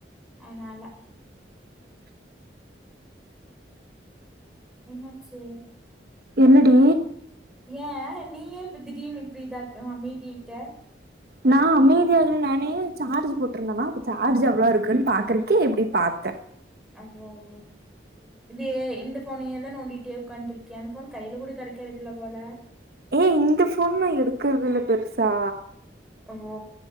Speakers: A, in the centre; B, on the right.
A: அனால என்னாச்சு
B: என்னடி
A: ஏன் நீ யே இப்ப திடீனு இப்டிதாக்கு அமைதி ஆயிட்ட
B: நா அமைதியாகல நானு சார்ஜ் போட்டிருந்தனா அப்ப சார்ஜ் எவ்ளோ இருக்குன்னு பாக்கறக்கு இப்டி பாத்த
A: அதா அதா இதே இந்த ஃபோனயேதா நோண்டிட்டே உக்காண்ட்டிருக்க அந்த ஃபோன் கைல கூட கெடைக்கறதில்ல போல
B: ஏ இந்த ஃபோன நா எடுக்கறதில்ல பெருசா
A: அவோ